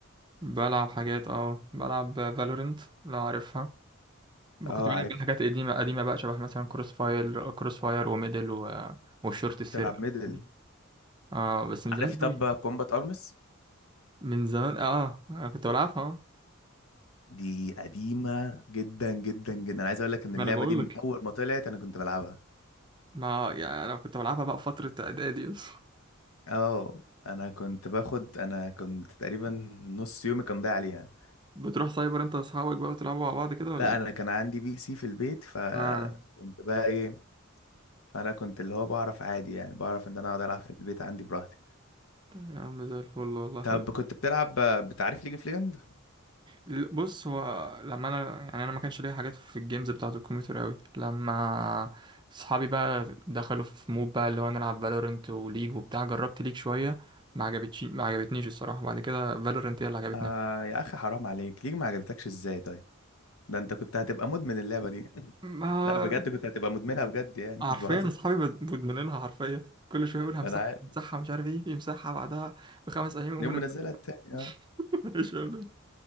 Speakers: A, on the right; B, on the left.
A: بلعب حاجات اه بلعب فالورنت لو عارفها ب-
B: اه
A: كنت بلعب
B: عارفها
A: حاجات قديمة قديمة بقى شبه مثلا كروس فاير كروس فاير وميدل و... والشورت السري
B: بتلعب ميدل
A: دي اه بس من
B: عارف
A: زمان
B: طب
A: قوي
B: كومبات ارمس
A: من زمان اه انا كنت بلعبها اه
B: دي قديمه جدا جدا جدا انا عايز اقول لك ان
A: ما
B: اللعبه
A: انا بقول
B: دي من
A: لك
B: اول ما طلعت انا كنت بلعبها
A: ما يعني انا كنت بلعبها بقى في فترة اعدادي اصلا.
B: اه انا كنت باخد انا كنت تقريبا نص يومي كان ضايع عليها
A: <laughs> بتروح سايبر انت واصحابك بقى وتلعبوا مع بعض كده ولا
B: لا
A: ايه؟
B: انا كان عندي بي سي في البيت فكنت
A: اه
B: بقى ايه فانا كنت اللي هو بعرف عادي يعني بعرف ان انا اقعد العب في البيت عندي براحتي
A: طيب يا عم زي الفل والله
B: طب
A: حلو
B: كنت بتلعب بتعرف ليج اوف ليجند
A: ل- بص هو لما انا يعني انا ما كانش ليا حاجات في الجيمز بتاعه الكمبيوتر قوي لما اصحابي بقى دخلوا في مود بقى اللي هو نلعب فالورنت وليج وبتاع جربت ليج شويه ما عجبتش ما عجبتنيش الصراحه وبعد كده فالورنت هي اللي عجبتني
B: آه يا اخي حرام عليك ليه ما عجبتكش ازاي طيب ده انت كنت هتبقى مدمن اللعبة دي <laughs>
A: ما
B: لا بجد كنت هتبقى مدمنها بجد يعني
A: حرفيا
B: مش بهزر
A: اصحابي مد- مدمنينها حرفيا كل شويه يقول همسحها
B: ما انا عارف
A: همسحها مش عارف ايه يمسحها بعدها بخمس ايام يقوم
B: يوم
A: منزلها
B: منزلها التاني آه.
A: <laughs> مش فاهم ليه